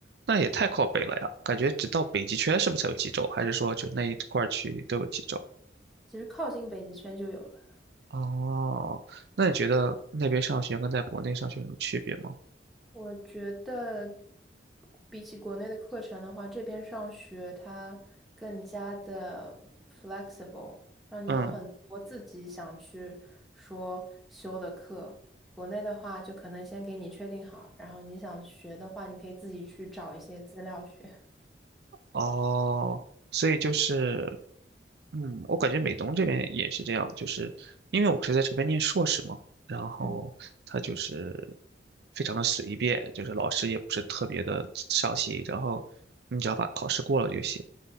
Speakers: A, on the right; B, in the centre.
A: 那也太靠北了呀。感觉只到北极圈是不是才有极昼？还是说就那一块儿区域都有极昼？
B: 其实靠近北极圈就有了。
A: 哦，那你觉得那边上学跟在国内上学有什么区别吗？
B: 我觉得比起国内的课程的话，这边上学它更加的 flexible，让你有很多自己想去说修的课。
A: 嗯。
B: 国内的话，就可能先给你确定好，然后你想学的话，你可以自己去找一些资料学。
A: 哦，所以就是，嗯，我感觉美东这边也是这样，就是因为我是在这边念硕士嘛，然后他就是
B: 嗯，
A: 非常的随便，就是老师也不是特别的上心，然后你只要把考试过了就行，